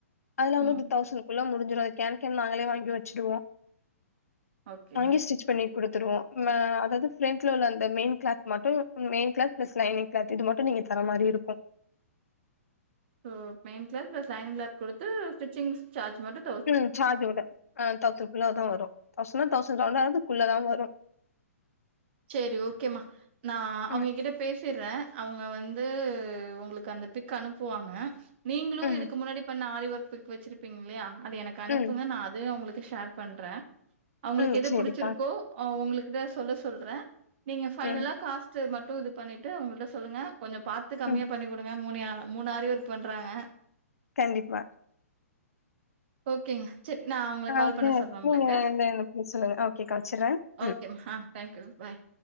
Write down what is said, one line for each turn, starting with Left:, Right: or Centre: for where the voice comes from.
Left: அதுலா வந்து
Right: ம்.
Left: இந்த தௌசண்ட்குள்ள முடிஞ்சிரு அது கேன் கேன் நாங்களே வாங்கி வச்சிடுவோ
Right: ஓகே.
Left: வாங்கி ஸ்டிச் பண்ணி குடுத்துருவோ ம அதாவது ஃப்ரண்ட்ல உள்ள அந்த மெயின் கிளாத் மட்டு main cloth plus lining cloth இது மட்டு நீங்க தர மாரி இருக்கு
Right: so main cloth plus lining cloth குடுத்து ஸ்டிச்சிங்ஸ் சார்ஜ் மட்டு
Left: ம் சார்ஜ் ஓட அ தௌசண்ட்குள்ள தா வரு தௌசண்ணா தௌசண்ட் சவன் ஹண்ட்ரடுக்குள்ள தா வரு
Right: சேரி ஓகேமா நா அவுங்க
Left: ம்
Right: கிட்ட பேசிறே அவுங்க வந்து உங்களுக்கு அந்த பிக் அனுப்புவாங்க நீங்களு
Left: ம்
Right: இதுக்கு முன்னாடி பண்ண ஆரி ஒர்க்கு பிக் வச்சிருப்பீங்க இல்லயா அது எனக்கு அனுப்புங்க
Left: ம்
Right: நா அது அவுங்களுக்கு ஷேர் பண்றே அவுங்களுக்கு
Left: ம்
Right: எது
Left: சேரிக்கா
Right: புடிச்சிருக்கோ உங்களுக்குதா சொல்ல சொல்றே நீங்க ஃபைனலா
Left: ம்
Right: காஸ்ட்டு மட்டு இது பண்ணிட்டு அவுங்கள்ட்ட சொல்லுங்க கொஞ்ச பாத் து கம்மியா
Left: ம்
Right: பண்ணி குடுங்க மூணுயா மூணு ஆரி ஒர்க் பண்றாங்க
Left: கண்டிப்பா
Right: ஓகேங்க சரி நா அவுங்கள
Left: ஆ
Right: கால் பண்ண சொல்றே உங்களுக்கு
Left: நீங்க இந்த இந்த சொல்லுங்க ஓகேக்கா வச்சிட்றேன்
Right: ஓகேம்மா
Left: ம்
Right: ஆ தேங்க்யூ பாய்